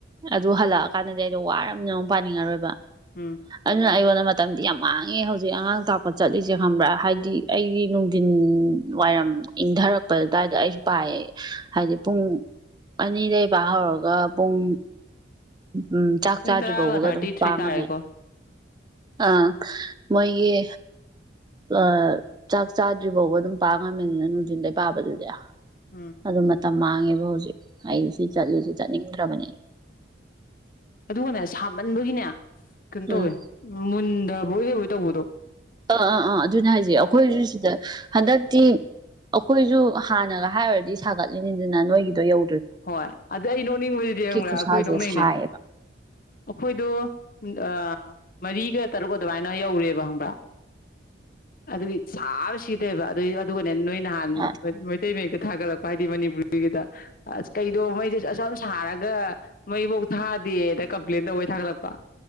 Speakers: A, on the right; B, on the left.
A: ꯑꯗꯨ ꯍꯜꯂꯛꯑꯀꯥꯟꯗꯗꯤ ꯑꯩꯗꯣ ꯋꯥꯔꯃꯤꯅ ꯑꯃꯨꯛ ꯄꯥꯅꯤꯡꯉꯔꯣꯏꯕ
B: ꯎꯝ
A: ꯑꯗꯨꯅ ꯑꯩꯉꯣꯟꯗ ꯃꯇꯝꯗꯤ ꯌꯥꯝ ꯃꯥꯡꯉꯦ ꯍꯧꯖꯤꯛ ꯑꯉꯥꯡ ꯇ ꯆꯠꯂꯤꯁꯦ ꯈꯪꯕ꯭ꯔꯥ ꯍꯥꯏꯗꯤ ꯑꯩꯗꯤ ꯅꯨꯡꯊꯤꯟ ꯋꯥꯏꯔꯝ ꯏꯪꯊꯔꯛꯄ ꯑꯗꯨꯋꯥꯏꯗ ꯑꯩꯁꯨ ꯄꯥꯏꯌꯦ ꯍꯥꯏꯗꯤ ꯄꯨꯡ ꯑꯅꯤꯗꯕ ꯍꯧꯔꯒ ꯄꯨꯡ ꯎꯝ ꯆꯥꯛ
B: ꯄꯨꯡ
A: ꯆꯥꯗ꯭ꯔꯤ
B: ꯇꯔꯥꯒ
A: ꯐꯥꯎꯕꯒ
B: ꯊꯥꯔꯇꯤ
A: ꯑꯗꯨꯝ
B: ꯊ꯭ꯔꯤ
A: ꯄꯥꯝꯉꯝꯃꯦ
B: ꯇꯥꯔꯦꯀꯣ
A: ꯑꯥ ꯃꯣꯏꯒꯤ ꯑ ꯆꯥꯛ ꯆꯥꯗ꯭ꯔꯤ ꯐꯥꯎꯕ ꯑꯗꯨꯝ ꯄꯥ ꯉꯝꯃꯤꯅꯤꯅ ꯅꯨꯡꯖꯤꯟꯗꯩ ꯄꯥꯕꯗꯨꯗꯤ
B: ꯎꯝ
A: ꯑꯗ ꯃ ꯌꯥꯝ ꯃꯥꯡꯉꯦꯕ ꯍꯧꯖꯤꯛ ꯑꯩ ꯁꯤ ꯆꯠꯂꯤꯁꯤ ꯆꯠꯅꯤꯡꯗ꯭ꯔꯕꯅꯦ
B: ꯑꯗꯨꯒꯅꯦ ꯁꯥꯃꯟꯕꯒꯤꯅꯦ ꯀꯩꯅꯣ ꯇꯧꯋꯦ
A: ꯎꯝ
B: <unintelligible> ꯍꯣꯏꯗꯤ ꯍꯣꯏ ꯇꯗꯣ
A: ꯑꯥ ꯑꯥ ꯑꯥ ꯑꯗꯨꯅꯦ ꯍꯥꯏꯁ ꯑꯩꯈꯣꯏꯁꯨ ꯁꯤꯗ ꯍꯟꯗꯛ ꯇꯤ ꯑꯩꯈꯣꯏꯁꯨ ꯍꯥꯟꯅꯒ ꯍꯥꯏꯔꯨꯔꯗꯤ ꯁꯥꯒꯠꯂꯤꯅꯤꯗꯅ ꯅꯣꯏꯒꯤꯗꯣ ꯌꯧ
B: ꯍꯣꯏ ꯑꯗ ꯑꯩ ꯅꯣꯛꯅꯤꯡꯕꯁꯤꯗꯤ ꯌꯦꯡꯕ꯭ꯔꯥ
A: ꯈꯨꯠꯁꯥꯁꯦ
B: ꯑꯩꯈꯣꯏ ꯅꯣꯛꯅꯩꯅꯦ
A: ꯁꯥꯏꯌꯦꯕ
B: ꯑꯩꯈꯣꯏꯗꯣ ꯑ ꯃꯔꯤꯒ ꯇꯔꯨꯛꯀ ꯑꯗꯨꯃꯥꯏꯅ ꯌꯧꯔꯦꯕ ꯍꯪꯕ ꯑꯗꯒꯤ ꯁꯥꯕꯁꯤ ꯕ ꯑꯗꯨ <unintelligible> ꯅꯣꯏ ꯅꯍꯥꯟ
A: ꯑ
B: ꯇꯒ ꯊꯥꯒꯠꯂꯛꯄ ꯍꯥꯏꯗꯤ ꯃꯅꯤꯄꯨꯔꯔꯤꯒꯤꯗ ꯑ ꯀꯩꯅꯣ ꯃꯩ <inaudible> ꯊꯥꯔꯒ ꯃꯩꯐꯧ ꯊꯥꯗꯦꯅ ꯀꯝꯄ꯭ꯂꯦꯟ ꯇꯧꯕꯩ ꯊꯥꯒꯠꯂꯛꯄ